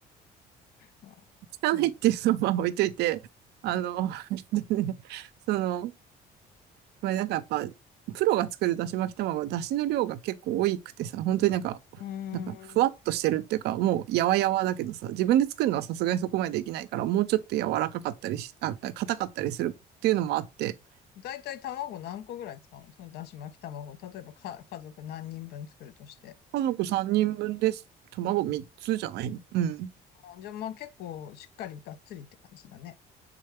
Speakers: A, on the left; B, on the right.
A: まあ、
B: 汚いっていうのは置いといて、
A: うん。
B: あの、<laughs> その、まあなんかやっぱ、プロが作るだし巻き卵は、だしの量が結構多くてさ、本当になんか、
A: うー
B: なんか、ふわっとしてるっていうか、
A: ん。
B: もう、やわやわだけどさ、自分で作るのはさすがにそこまでできないから、もうちょっと柔らかかったりし、あ、硬かったりするっていうのもあって、
A: だいたい卵何個ぐらい使うのそのだし巻き卵。例えばか、家族何人分作るとして。
B: 家族3人分です。卵3つじゃないうん。
A: あ、じゃあまあ結構しっかりがっつりって感じだね。